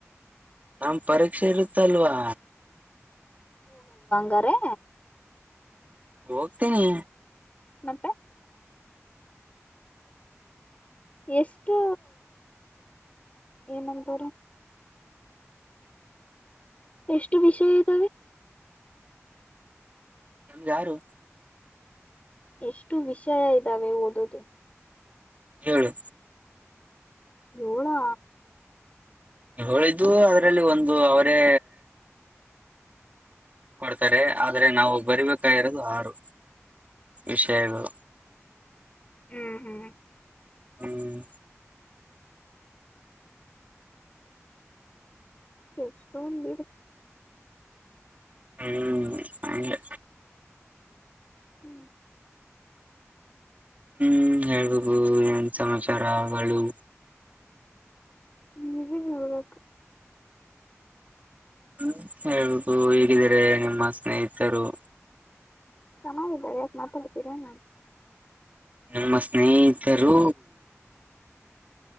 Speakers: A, on the right; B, on the left.
A: ನಮ್ ಪರೀಕ್ಷೆ ಇರುತ್ತ ಅಲ್ವಾ
B: ಗರೆ
A: ಹೋಗ್ತೇನಿ
B: ಮತ್ತೆ ಎಷ್ಟು ಏನಂತಾರ ಎಷ್ಟು ವಿಷಯ ಇದ್ದಾವೆ
A: ನಮ್ಗೆ ಯಾರು
B: ಎಷ್ಟು ವಿಷಯ ಇದ್ದಾವೆ ಓದೋದು
A: ಹೇಳು
B: ಏಳಾ
A: ಹೇಳಿದ್ದು ಅದ್ರಲ್ಲಿ ಒಂದು ಅವರೇ ಕೊಡ್ತಾರೆ ಆದ್ರೆ ನಾವು ಬರಿಬೇಕಾಗಿರೋದು ಆರು ವಿಷಯಗಳು
B: ಹ್ಮ್ ಹ್ಮ್
A: ಹ್ಮ್
B: ಎಷ್ಟೊಂದು ಬಿಡ್
A: ಹ್ಮ್ ಹಾಗೆ
B: ಹ್ಮ್
A: ಹ್ಮ್ ಹೇಳ್ಬಬೋುದು ಏನ್ ಸಮಾಚಾರಗಳು
B: ಹ್ಮ್ ಹೇಗ್ ನೋಡ್ಬೇಕು
A: ಹ್ಮ ಹೇಳ್ಬದು ಹೇಗಿದಿದ್ದಾರೆ ನಿಮ್ಮ ಸ್ನೇಹಿತರು
B: ಸಮಯ ಇದ್ದ ಯಾಕೆ ಮಾತಾಡ್ತೀರಾ ನಾನ್
A: ನಮ್ಮ ಸ್ನೇಹಿತರು